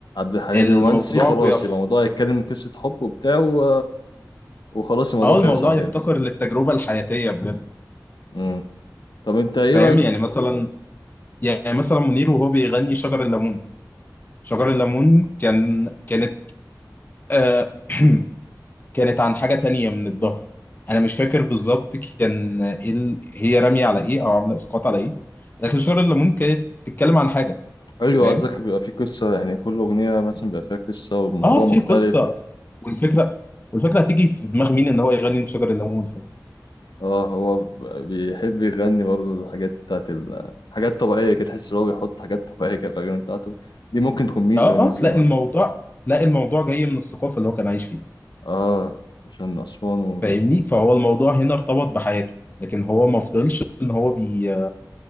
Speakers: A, on the left; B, on the left.
A: الحليم
B: الموضوع
A: رومانسي خلاص
B: بيف
A: يبقى الموضوع يتكلم قصه حب وبتاع و... وخلاص الموضوع
B: اه
A: خلص
B: الموضوع
A: على
B: يفتقر
A: كده
B: للتجربة الحياتية بجد
A: امم طب انت ايه
B: فاهم
A: رايك
B: يعني مثلا يعني مثلا منير وهو بيغني شجر الليمون شجر الليمون كان كانت آه <clears throat> كانت عن حاجة تانية من الظهر انا مش فاكر بالظبط كان ايه ال- هي رامية على ايه او عاملة اسقاط على ايه لكن شجر الليمون كانت بتتكلم عن حاجة
A: ايوه
B: فاهم
A: قصدك بيبقى فيه قصة يعني كل أغنية مثلا بيبقى فيها قصة وموضوع
B: اه في
A: مختلف
B: قصة والفكرة والفكرة هتيجي في دماغ مين ان هو يغني شجر الليمون فاهم
A: اه هو ب- بيحب يغني برضه الحاجات بتاعت ال... حاجات طبيعية كده تحس إن هو بيحط حاجات طبيعية كده في الأغاني بتاعته دي ممكن تكون ميزة
B: اه
A: بالنسبة
B: اه تلاقي
A: له
B: الموضوع تلاقي الموضوع جاي من الثقافة اللي هو كان عايش فيها
A: اه عشان أسوان وكده
B: فاهمني فهو الموضوع هنا ارتبط بحياته لكن هو ما فضلش ان هو بي...